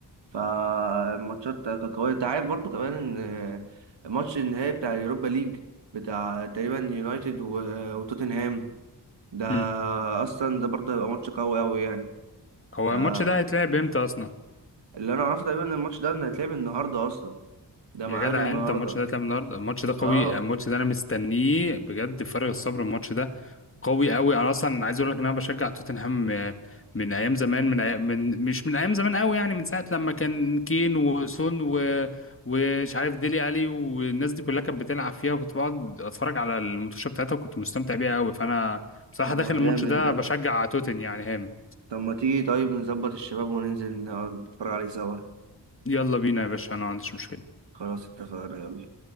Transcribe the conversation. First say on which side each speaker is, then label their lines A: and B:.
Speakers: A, on the right (about 90°); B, on the left (about 30°).
A: فالماتشات كانت قوية انت عارف برضو كمان ان ماتش النهائي بتاع اليوروبا ليج بتاع تقريبا يونايتد و- وتوتنهام ده
B: مم.
A: اصلا ده برضه هيبقى ماتش قوي قوي يعني
B: هو
A: ده
B: الماتش ده هيتلعب امتى اصلا
A: اللي انا اعرفه تقريبا ان الماتش ده إن هيتلعب النهارده اصلا ده
B: يا
A: ميعاده
B: جدع
A: النهارده
B: انت الماتش ده اتلعب النهارده الماتش ده قوي
A: اه
B: الماتش ده انا مستنيه بجد فارغ الصبر الماتش ده قوي قوي انا اصلا عايز اقول لك ان انا بشجع توتنهام آه، من ايام زمان من, أي... من مش من ايام زمان قوي يعني من ساعه لما كان كين وسون و... ومش عارف ديلي الي والناس دي كلها كانت بتلعب فيها وكنت بقعد اتفرج على الماتشات بتاعتها وكنت مستمتع بيها قوي فانا بصراحه
A: طب
B: داخل
A: ما
B: الماتش
A: جامد
B: ده
A: ده
B: بشجع توتن يعني هام
A: طب ما تيجي طيب نظبط الشباب وننزل نقعد نتفرج عليه سوا
B: يلا بينا يا باشا انا ما عنديش مشكله
A: خلاص اتفقنا يلا